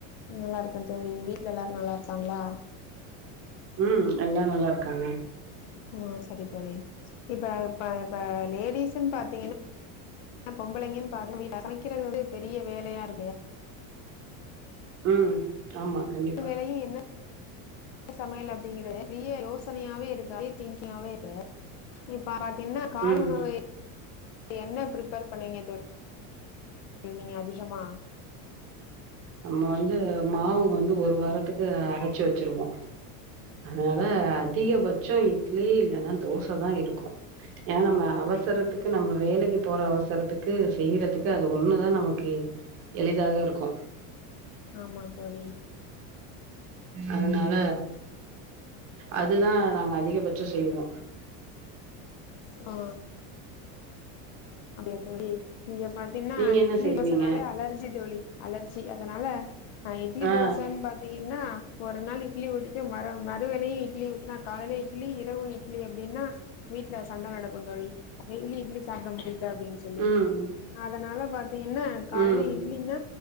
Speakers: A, on the left (about 50°); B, on the right (about 35°).
A: நல்லாருக்கே தோழி வீட்ல எல்லாரு நல்லாருக்காங்ளா?
B: ம் எல்லா நல்லாருக்காங்க
A: ம் சரி தோழி இப்ப இப்ப இப்ப லேடிஸுன் பாத்தீங்கனா பொம்பளைங்கன் பாத்தீங்கனா சமக்கிறது வந்து பெரிய வேலயா <inaudible>
B: ம் ஆமா கண்டிப்பா
A: னு‌ வேளயு என்ன சமையல் அப்டிங்கிறது பெரிய யோசனயாவே இருக்கு பெரிய திங்கிங்காவே இருக்கு <unintelligible> என்ன காலை
B: ம்
A: உணவே என்ன ப்ரிப்பேர் பண்ணிங்க ‌தோ ழி நீங்க அதிகமா
B: நம்ம வந்து மாவு வந்து ஒரு வாரத்துக்கு அரச்சு வச்சிருவொ அதனால அதிகபட்சொ இட்லி இல்லன்னா தோச தா இருக்கு ஏனா நம்ம அவசரத்துக்கு நம்ம வேலைக்கு போற அவசரத்துக்கு செய்யறதுக்கு அது ஒன்னுதா நமக்கு எளிதாக இருக்கு
A: ஆமா தோழி
B: அதுனால அதுதா நாங்க அதிகபட்சொ செய்வோ
A: ஆ அப்டியா தோழி இங்க பாத்தீங்னா
B: நீங்க என்ன
A: இட்லி
B: செய்வீங்க
A: தோச நாலே அலர்ஜி தோழி அலர்ஜி அதனால நா இ்ட்லி
B: ஆ
A: தோசன் பாத்தி ன்னா ஒரு நாள் இட்லி ஊத்திட்டு மற மறுவேலையு இட்லி ஊத்துனா காலேல இட்லி இரவு இட்லி அப்டின்னா வீட்ல சண்ட நடக்கு தோழி டெய்லி இட்லி சாப்ட முடியு அப்டின் சொல்லி
B: ம்
A: அதனால இப்ப என்ன காலைல
B: ம்
A: இட்லின்ன